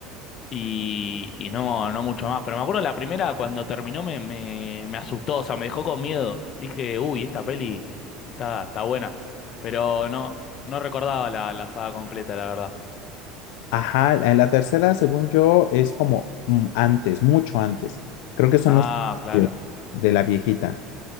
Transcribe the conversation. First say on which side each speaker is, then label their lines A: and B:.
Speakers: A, on the left; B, on the left.
A: y, y no, no mucho más. Pero me acuerdo la primera, cuando terminó, me, me, me asustó, o sea, me dejó con miedo. Dije, uy, esta peli está, está buena. Pero no, no recordaba la, la saga completa, la verdad.
B: Ajá, en la tercera, según yo, es como mm, antes, mucho antes. Creo que son
A: Ah,
B: los vestidos
A: claro,
B: de la viejita.